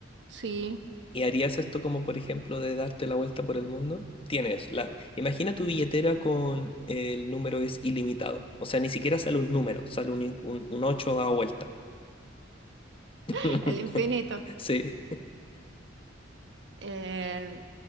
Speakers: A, on the right (about 65°); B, on the left (about 30°).
A: Sí,
B: ¿Y harías esto como, por ejemplo, de darte la vuelta por el mundo? Tienes la... Imagina tu billetera con el número es ilimitado. O sea, ni siquiera sale un número, sale un, un, un ocho dado vuelta. <laughs>
A: <laughs> el infinito.
B: Sí,
A: Eh,